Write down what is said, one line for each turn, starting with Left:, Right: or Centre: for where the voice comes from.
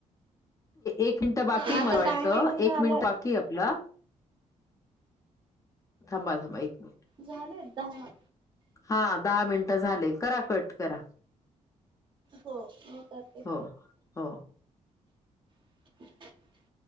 Left: एक मिनिट बाकी
Right: हा आता
Left: मला वाटतं
Right: टायमिंग झाला
Left: एक मिनिट बाकी आपला थांबा थांबा एक म
Right: झाले दहा,
Left: हा दहा मिनटं झाले करा कट करा.
Right: हो हो करते.
Left: हो, हो
Right: <inaudible>